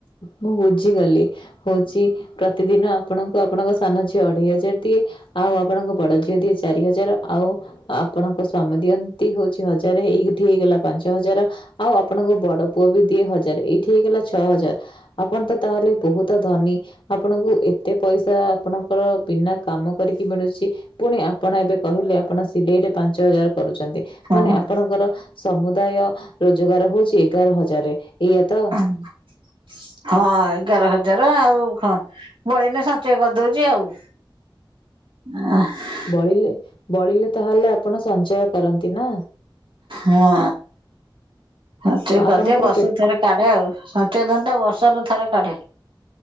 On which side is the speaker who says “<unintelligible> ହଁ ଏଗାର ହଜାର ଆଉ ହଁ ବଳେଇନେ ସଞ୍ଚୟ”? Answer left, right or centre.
Right